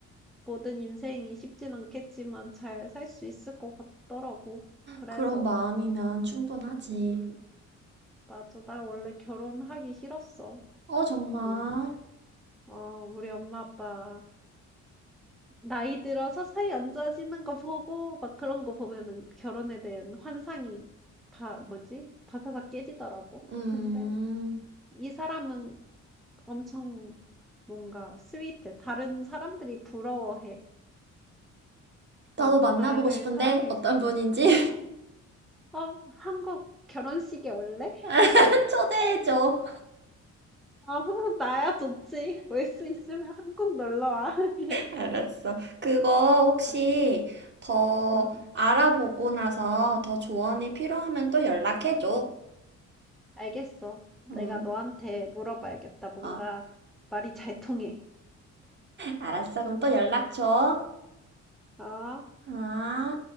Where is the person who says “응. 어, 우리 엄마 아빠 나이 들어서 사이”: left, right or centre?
Centre